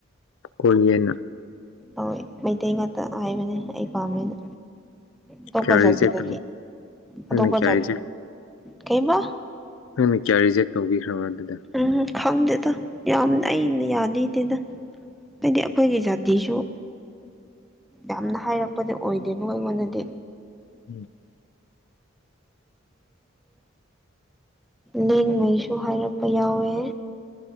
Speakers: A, on the left; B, in the centre.
A: ꯀꯣꯌꯦꯅ
B: ꯑ ꯃꯩꯇꯩ ꯉꯥꯛꯇ ꯍꯥꯏꯕꯅꯦ ꯑꯩ ꯄꯥꯝꯃꯦꯅ ꯑꯇꯣꯞꯄ
A: ꯀꯌꯥ
B: ꯖꯥꯇꯤꯅ
A: ꯔꯤꯖꯦꯛ ꯇꯧ ꯅꯪꯅ
B: ꯑꯇꯣꯄꯖ
A: ꯀꯌꯥ ꯔꯤꯖꯦꯛ
B: ꯀꯩꯃ
A: ꯅꯪꯅ ꯀꯌꯥ ꯔꯤꯖꯦꯛ ꯇꯧꯕꯤꯈ꯭ꯔꯕ ꯑꯗꯨꯗꯤ
B: ꯎꯝ ꯈꯪꯗꯦꯗ ꯌꯥꯝꯅ ꯑꯩꯅ ꯌꯥꯗꯦꯗꯦꯗ ꯍꯥꯏꯗꯤ ꯑꯩꯈꯣꯏꯒꯤ ꯖꯥꯇꯤꯁꯨ ꯌꯥꯝꯅ ꯍꯥꯏꯔꯛꯄꯗꯤ ꯑꯣꯏꯗꯦꯕ ꯑꯩꯉꯣꯟꯗꯗꯤ
A: <inaudible>
B: ꯂꯦꯡꯉꯩꯁꯨ ꯍꯥꯏꯔꯛꯄ ꯌꯥꯎꯋꯦ